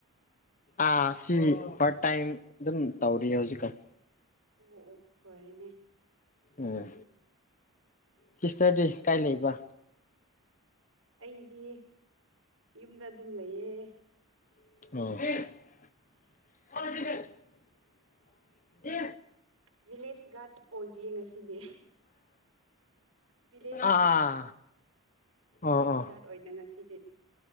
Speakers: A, on the left (about 35°); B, on the right (about 65°).
A: ꯑꯥ ꯁꯤ ꯄꯥꯔꯠ ꯇꯥꯏꯝ ꯑꯗꯨꯝ ꯇꯧꯔꯤꯌꯦ ꯍꯧꯖꯤꯛꯀꯥꯟ꯫
B: ꯑꯣ ꯑꯣ ꯐꯔꯦꯅꯦ꯫
A: ꯎꯝ ꯁꯤꯁꯇꯔꯗꯤ ꯀꯥꯏ ꯂꯩꯕ꯫
B: ꯑꯩꯗꯤ꯫ ꯌꯨꯝꯗ ꯑꯗꯨꯝ ꯂꯩꯌꯦ꯫
A: ꯑꯣ꯫ ꯗꯦ꯫
B: ꯚꯤꯂꯦꯖ ꯒꯥꯔꯗ ꯑꯣꯏꯔꯤꯌꯦ ꯉꯁꯤꯗꯤ꯫ ꯚꯤꯂꯦꯖꯇ
A: <inaudible> ꯑꯥ꯫
B: ꯚꯤꯂꯦꯖ
A: ꯑꯣ ꯑꯣ
B: ꯒꯥꯔꯗ ꯑꯣꯏꯅ ꯉꯁꯤꯁꯦ